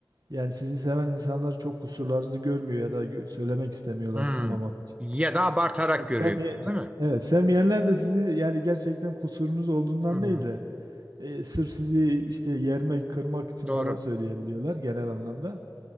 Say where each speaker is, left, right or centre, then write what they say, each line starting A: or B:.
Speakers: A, on the right; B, on the right.
A: yani sizi seven insanlar çok kusurlarınızı görmüyor ya da gö- söylemek istemiyorlar
B: Hı.
A: kırmamak için.
B: Ya da abartarak
A: Sevmeyen,
B: görüyorum, değil mi?
A: evet sevmeyenler de sizi yani gerçekten kusurunuz olduğundan
B: Hı.
A: değil de e, sırf sizi işte yermek, kırmak için
B: Doğru.
A: falan söyleyebiliyorlar genel anlamda.